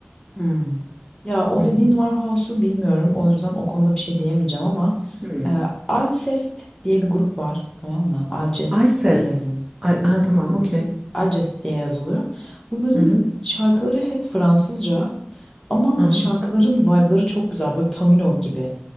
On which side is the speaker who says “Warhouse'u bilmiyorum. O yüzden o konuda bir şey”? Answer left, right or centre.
Left